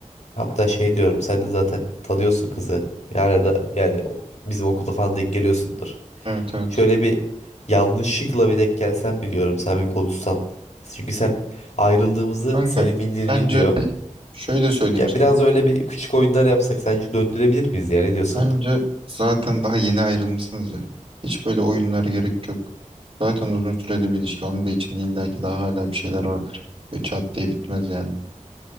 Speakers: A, on the left; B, on the right.
A: Hatta şey diyorum sen de zaten tanıyorsun kızı. Yani da yani bizim okulda falan denk geliyorsundur.
B: Evet evet.
A: Şöyle bir yanlışlıkla bir denk gelsen biliyorum sen bir konuşsan. Çünkü sen ayrıldığımızı
B: Kanka
A: Selim bildiğini
B: bence
A: bilmiyor.
B: şöyle söyleyeyim
A: Ya
B: sana.
A: biraz öyle bir küçük oyunlar yapsak sence döndürebilir miyiz ya ne diyorsun?
B: Bence zaten daha yeni ayrılmışsınız ya. Hiç böyle oyunlara gerek yok. Zaten uzun süreli bir ilişki. Onun da içinde illa ki daha hala bir şeyler vardır. Ve çat diye bitmez yani.